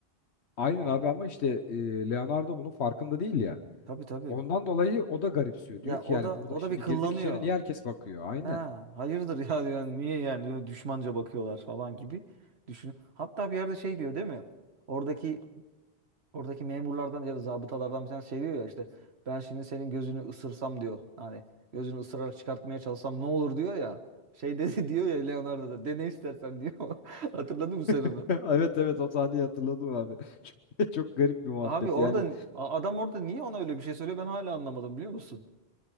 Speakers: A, on the left; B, on the right.
A: Aynen
B: Ha.
A: abi ama işte e, Leonardo bunun farkında değil ya.
B: Tabii tabii.
A: Ondan dolayı o da garipsiyor.
B: Ya
A: Diyor ki
B: o
A: yani
B: da
A: burada
B: o
A: şimdi
B: da bir kıllanıyor.
A: girdik içeri niye herkes bakıyor? Aynen.
B: Ha, hayırdır <laughs> ya diyor. Yani niye yani böyle düşmanca bakıyorlar falan gibi düşünüyor. Hatta bir yerde şey diyor değil mi? Oradaki Oradaki memurlardan ya da zabıtalardan bir tanesi şey diyor ya işte ben şimdi senin gözünü ısırsam diyor. Hani gözünü ısırarak çıkartmaya çalışsam ne olur diyor ya. Şey dedi <laughs> diyor ya Leonardo da dene istersen diyor. <laughs> Hatırladın mı sen onu?
A: <laughs> Evet evet o sahneyi hatırladım abi. <laughs> Çok, çok garip bir muhabbet.
B: Abi orada
A: Yani
B: a- adam orada niye ona öyle bir şey söylüyor ben hala anlamadım biliyor musun?